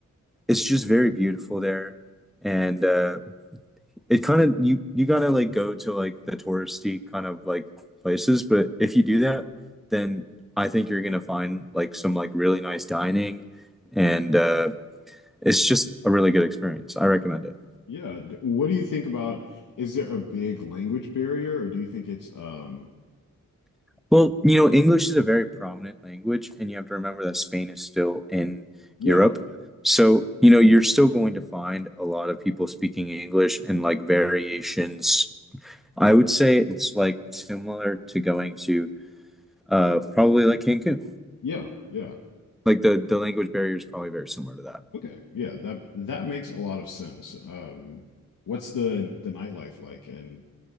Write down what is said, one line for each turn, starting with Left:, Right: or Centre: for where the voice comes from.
Centre: it's just very beautiful there. And uh it kind of you you gotta like go to like the touristy kind of like places, but if you do that, then I think you're gonna find like some like really nice dining and uh it's just a really good experience. I recommend it.
Left: Yeah. D- What do you think about is there a big language barrier or do you think it's um
Centre: Well, you know, English is a very prominent language, and you have to remember that Spain is still in
Left: yeah,
Centre: Europe. So, you know, you're still going to find a lot of people speaking English and like variations. I would say it's like similar to going to uh probably like Cancun.
Left: yeah, yeah.
Centre: Like the the language barrier is probably very similar to that.
Left: Okay. Yeah, that that makes a lot of sense. Um, what's the the nightlife like in